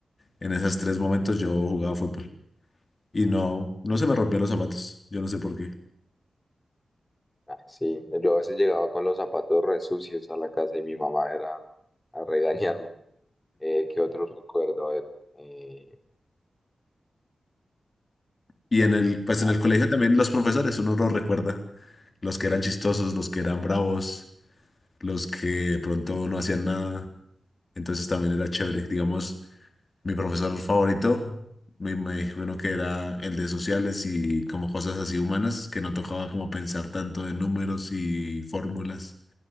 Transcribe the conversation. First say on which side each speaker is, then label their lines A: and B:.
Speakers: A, on the left; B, on the left.
A: en esos tres momentos yo jugaba fútbol. Y no, no se me rompieron los zapatos, yo no sé por qué.
B: Ah, sí, yo a veces llegaba con los zapatos re sucios a la casa y mi mamá era a regañarme. Eh, ¿qué otro recuerdo? A ver, eh,
A: Y en el, pues
B: una-
A: en el colegio también los profesores, uno los recuerda, los que eran chistosos, los que eran bravos, los que de pronto no hacían nada. Entonces también era chévere. Digamos, mi profesor favorito, me, me dijo uno que era el de sociales y como cosas así humanas, que no tocaba como pensar tanto en números y fórmulas,